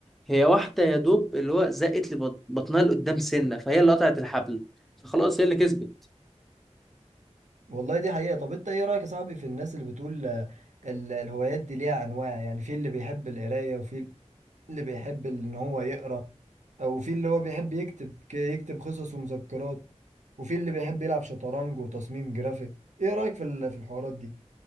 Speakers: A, in the centre; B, on the right.
A: هي واحده يا دوب اللي هو زقت لبطنها لقدام سنه فهي اللي قطعت الحبل فخلاص هي اللي كسبت
B: والله دي حقيقة طب انت ايه رأيك يا صاحبي في الناس اللي بتقول آه، ال- الهوايات دي ليها انواع يعني في اللي بيحب القراية وفي اللي بيحب ان هو يقرأ او في اللي هو بيحب يكتب ك- يكتب قصص ومذكرات وفي اللي بيحب يلعب شطرنج وتصميم جرافيك ايه رأيك في ال- في الحوارات دي